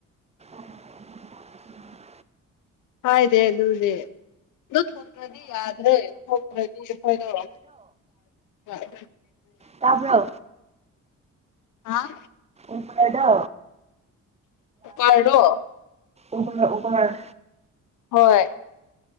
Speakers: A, on the right (about 20°); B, on the left (about 80°).
A: <unintelligible>
B: ꯍꯗꯦ ꯑꯗꯨꯗꯦ ꯑꯗꯨ ꯊꯣꯛꯇ꯭ꯔꯗꯤ ꯌꯥꯗ꯭ꯔꯦ ꯊꯣꯛꯇ꯭ꯔꯗꯤ ꯑꯩꯈꯣꯏꯗꯣ ꯌꯥꯔ
A: ꯇꯕꯣ
B: ꯍꯥꯥ
A: ꯎ ꯀꯥꯏꯗꯣ
B: ꯀꯔꯔꯣ
A: ꯎꯕ ꯎꯕꯅ
B: ꯍꯣꯏ